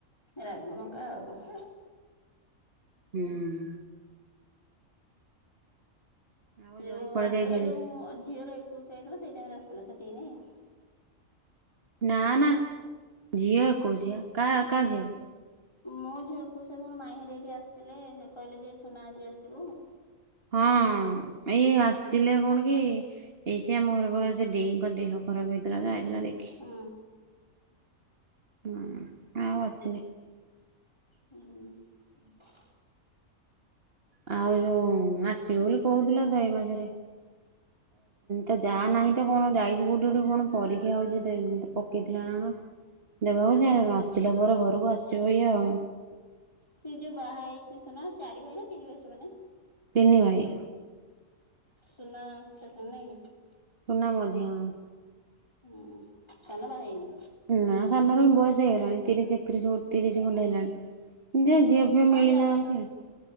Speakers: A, on the left; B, on the right.
A: ରାଗଲଙ୍କା ଆଉ ହୁଁ।
B: ହୁଁହୁଁ। ଆଉ
A: ଯୋଉ
B: ଜ୍ୱାଇଁ କୁଆଡେ
A: ଆସିଥିଲା
B: ଯାଇଛନ୍ତି?
A: ଯୋଉ ମୋ ଝିଅର ଏକୋଇଶିଆ ହେଇଥିଲା ସେଇ ଟାଇମରେ ଆସିଥିଲା ସେତି ତ ନାଇ <inaudible>
B: ନା ନା ଝିଅ ଏକୋଇଶିଆ କା କା ଝିଅ।
A: ମୋ ଝିଅ ଏକୋଇଶିଆ ଦିନ ମାଇଁହେରିକା ଏଠି ଆସିଥିଲେ କହିଲେ ଯେ ସୁନା ଆଜି ଆସିବ।
B: ହଁ ହଁ ଏଇ ଆସିଥିଲେ କଣ କି ଏଇଠି ଆମ ଘର ପାଖରେ ସେ ଦେଇଙ୍କ ଦେହ ଖରାପ ହେଇଥିଲା ତ ଆଇଥିଲା ଦେଖି।
A: ହୁଁ
B: ହୁଁ ଆଉ ଆଛିିନି।
A: ହୁଁ <inaudible>
B: ଆଉ ଯୋଉ ଆସିବ ବୋଲି କହୁଥିଲା ତ ଏଇ ମାସରେ ତା ଯା ନାହିଁ ତ କଣ ଯାଇଛି କୋଉଠି କଣ ପରୀକ୍ଷା ହଉଛି ପକେଇଥିଲା ନା କଣ। ଦେବାକୁ ଯେ ଆସିଲା ପରେ ଘରକୁ ଆସିବ ଇଏ ଆଉ।
A: ସେ ଯୋଉ ବାହା ହେଇଛି ସୁନା ଚାରି ଭାଇ ନା ତିନି ଭାଇ ସେମାନେ।
B: ତିନିିଭାଇ।
A: ସୁନା ସେଖ ନହିଁ <unintelligible>
B: ସୁନା ମଝିଅଁ।
A: ହୁଁ ସାନ ବାହା ହେଇନି।
B: ନା ସାନର ବି ବୟସ ହେଇଗଲାଣି ତିରିଶି ଏକତିରିଶ ତି ରିଶି ଖଣ୍ଡେ ହେଲାଣି। ଯେ
A: ହୁଁ
B: ଝିଅଫିଅ ମିଳିନାହାନ୍ତି।
A: ଯାଉଛି।